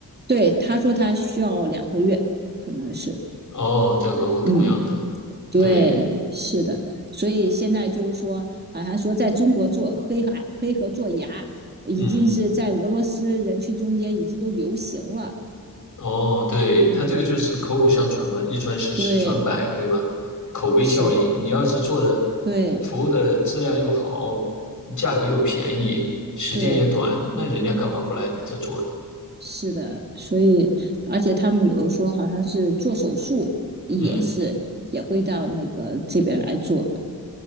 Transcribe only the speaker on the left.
哦，在俄国同样的，
对，
嗯。哦，对，
它这个就是口口相传嘛，一传十，
十传百，对吧？口碑效应，
你要是做的
服务的质量又好，价格又便宜，时间也短，
那人家干嘛不来你这做呢？
嗯，